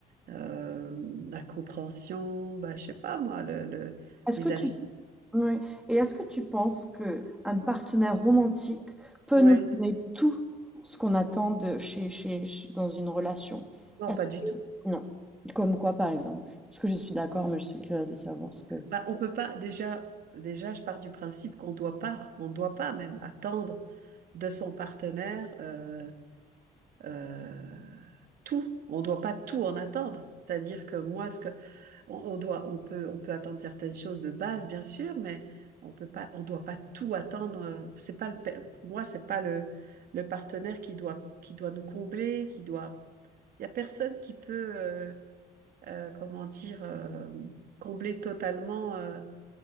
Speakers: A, on the right; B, in the centre.
A: euh, la compréhension, bah, je sais pas moi, le, le-
B: Est-ce
A: les
B: que tu
A: affinités.
B: Ouais. Et est-ce que tu penses que un partenaire romantique peut
A: Ouais,
B: nous donner tout ce qu'on attend de chez, chez, chez- dans une relation?
A: non,
B: Est-ce
A: pas du
B: que
A: tout.
B: non? Comme quoi, par exemple? Parce que je suis d'accord, mais je suis curieuse de savoir ce que. ce
A: Bah,
B: que-
A: on peut pas, déjà, déjà, je pars du principe qu'on doit pas, on doit pas même attendre de son partenaire euh, euh, tout. On doit pas tout en attendre. C'est-à-dire que moi, ce que on, on doit, on peut, on peut attendre certaines choses de base, bien sûr, mais on peut pas, on doit pas tout attendre. euh, C'est pas le, pa- pour moi, c'est pas le, le partenaire qui doit, qui doit nous combler, qui doit. Il y a personne qui peut, euh, euh, comment dire, euh, combler totalement. euh,